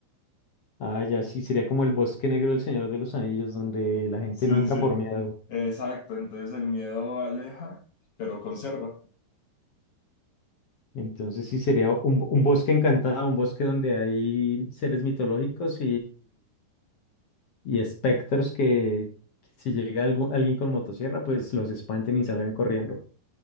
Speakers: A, on the left; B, on the left.
A: Ah, ya sí, sería como el bosque negro del Señor de los Anillos, donde la gente
B: Sí,
A: no entra
B: sí, sí,
A: por miedo.
B: exacto, entonces el miedo aleja, pero conserva.
A: Entonces sí sería un, un bosque encantado, un bosque donde hay seres mitológicos y espectros que si llega algu- alguien con motosierra, pues los espanten y salgan corriendo.